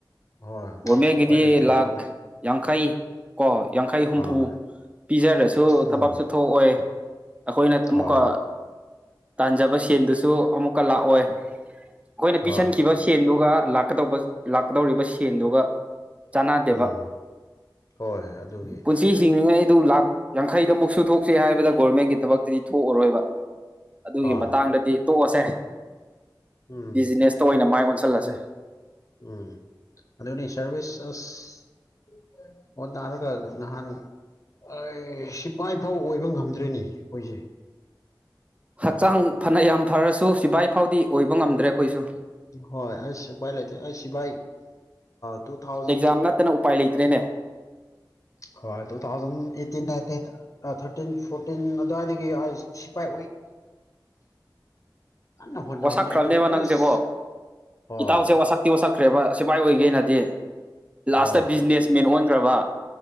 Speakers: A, on the left; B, on the right.
A: ꯍꯣꯏ
B: ꯒꯚꯣꯔꯃꯦꯟꯒꯤꯗꯤ
A: ꯑꯁ ꯎꯄꯥꯏ ꯂꯩꯇ꯭ꯔꯦ
B: ꯂꯥꯈ
A: ꯒꯣꯔꯃꯦꯟ
B: ꯌꯥꯡꯈꯩ ꯀꯣ ꯌꯥꯡꯈꯩ ꯍꯨꯝꯐꯨ
A: ꯍꯣꯏ
B: ꯄꯤꯖꯔꯁꯨ
A: ꯎꯝ
B: ꯊꯕꯛꯁꯨ ꯊꯣꯛꯑꯣꯢ ꯑꯩꯈꯣꯏꯅ ꯑꯃꯨꯛꯀ
A: ꯍꯣꯏ
B: ꯇꯥꯟꯖꯕ ꯁꯦꯟꯗꯨꯁꯨ ꯑꯃꯨꯛꯀ ꯂꯥꯛꯑꯣꯏ ꯑꯩꯈꯣꯏꯅ
A: ꯍꯣꯏ
B: ꯄꯤꯁꯤꯟꯈꯤꯕ ꯁꯦꯟꯗꯨꯒ ꯀꯗꯧꯕ ꯂꯥꯛꯀꯗꯧꯔꯤꯕ ꯁꯦꯟꯗꯨꯒ ꯆꯅꯗꯦꯕ
A: ꯎꯝ ꯍꯣꯏ ꯑꯗꯨꯒꯤ
B: ꯄꯨꯟꯁꯤ ꯍꯤꯡꯂꯤꯉꯩ ꯑꯗꯨ ꯂꯥꯛ ꯌꯥꯡꯈꯩꯗ ꯑꯃꯨꯛ ꯁꯨ ꯊꯣꯛꯆꯦ ꯍꯥꯏꯕꯗ ꯒꯣꯔꯃꯦꯟꯒꯤ ꯊꯕꯛꯇꯗꯤ ꯊꯣꯛꯑꯔꯣꯏꯕ ꯑꯗꯨꯒꯤ
A: ꯑꯥ
B: ꯃꯇꯥꯡꯗꯗꯤ ꯇꯣꯛꯑꯁꯦ
A: ꯎꯝ
B: ꯕꯤꯖꯤꯅꯦꯁꯇ ꯑꯣꯏꯅ ꯃꯥꯏ ꯑꯣꯟꯁꯤꯜꯂꯁꯦ
A: ꯑꯗꯨꯅꯤ ꯎꯝ ꯑꯗꯨꯅꯤ ꯁꯔꯚꯤꯁ ꯑꯁ ꯑꯣꯅꯔꯒ ꯅꯍꯥꯟ ꯑꯩ ꯁꯤꯐꯥꯏꯐꯥꯎ ꯑꯣꯏꯕ ꯉꯝꯗ꯭ꯔꯅꯦ ꯑꯩꯈꯣꯏꯁꯦ
B: ꯍꯛꯆꯥꯡ ꯐꯅ ꯌꯥꯝ ꯐꯔꯁꯨ ꯁꯤꯕꯥꯏ ꯐꯥꯎꯗꯤ ꯑꯣꯏꯕ ꯉꯝꯗ꯭ꯔꯦ ꯑꯩꯈꯣꯏꯁꯨ
A: ꯍꯣꯏ ꯑꯩ ꯁꯤꯄꯥꯏ ꯂꯩꯇꯦ ꯑꯩ ꯁꯤꯚꯥꯏ ꯇꯨ ꯊꯥꯎꯖꯟ
B: ꯑꯦꯛꯖꯥꯝ ꯅꯠꯇꯅ ꯎꯄꯥꯏ ꯂꯩꯇ꯭ꯔꯦꯅꯦ
A: ꯍꯣꯏ two thousand eighteen nineteen thirteen fourteen ꯑꯗꯨꯋꯥꯏꯗꯒꯤꯑꯩ ꯁꯤꯐꯥꯢ ꯑꯀꯟꯅ ꯍꯣꯠꯅꯕꯅꯦ
B: ꯋꯥꯁꯛꯈ꯭ꯔꯕꯅꯦꯕ
A: ꯑꯗꯨ ꯑꯁ
B: ꯅꯪꯁꯦꯀꯣ
A: ꯑꯣ
B: ꯏꯇꯥꯎꯁꯦ ꯋꯥꯁꯛꯇꯤ ꯋꯥꯁꯛꯈ꯭ꯔꯦꯕ ꯁꯤꯐꯥꯏ ꯑꯣꯏꯒꯦꯅꯗꯤ ꯂꯥꯁꯇ
A: ꯑꯣ
B: ꯕꯤꯖꯤꯅꯦꯁ ꯃꯦꯟ ꯑꯣꯟꯈꯒ꯭ꯔꯕ